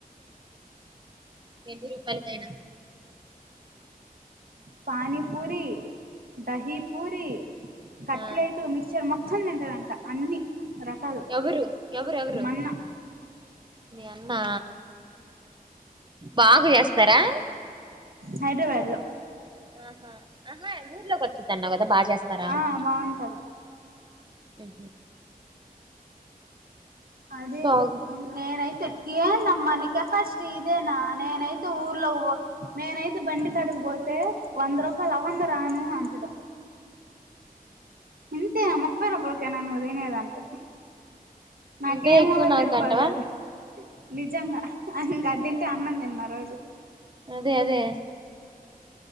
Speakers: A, on the right; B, on the right.
A: ఎన్ని రూపాయలకైనా
B: పానీ పూరి దహీ పూరి కట్లెట్
A: ఆ
B: మిక్చర్ మొత్తం తింటడంట అన్ని రకాలు
A: ఎవరు ఎవరెవరు
B: మా అన్న
A: మీ అన్నా బాగ చేస్తారా
B: హైదరాబాద్ లో
A: ఆహా ఆహా ఊర్లోకి వచ్చిద్దన్నావు కదా బాగా చేస్తారా
B: ఆ
A: అంట
B: బాగుంటది
A: ఉ
B: అదే
A: బాగు
B: నేనయితే ఏందమ్మ నీ కెపాసిటీ ఇదేనా నేనైతే ఊర్లో నేనైతే బండి కాడికి పోతే వంద రూపాయలు అవ్వందే రాను అంటడు ఇంతే న ముప్పై రూపాయల కేనా నువ్వు తినేది అంటాడు నాకేమూలకి
A: ఇదే ఎక్కువ నాకంటవా
B: సరిపోదు అది నిజంగా హ్ ఇంక అది తింటే అన్నం తినను ఆ రోజు
A: అదే అదే